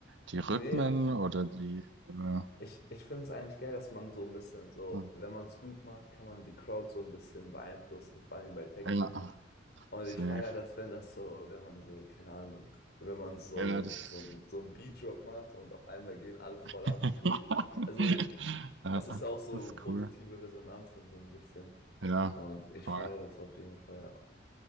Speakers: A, on the right; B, on the left.
A: die Rhythmen
B: Nee,
A: oder die, äh,
B: Ich, ich finde es eigentlich geil, dass man so ein bisschen so,
A: hm.
B: wenn man es gut macht, kann man die Crowd so ein bisschen beeinflussen, vor allem bei Techno.
A: ja,
B: Und
A: safe.
B: ich feiere das, wenn das so, wenn man so, keine Ahnung, wenn man so
A: Ja,
B: ein,
A: das,
B: so ein, so ein Beat-Drop macht und auf einmal gehen alle voll ab
A: <laughs>
B: und so. Ich, also,
A: ja,
B: es
A: das
B: ist ja auch so
A: ist
B: positive
A: cool.
B: Resonanz und so ein bisschen.
A: Ja,
B: Und ich
A: voll.
B: feiere das auf jeden Fall.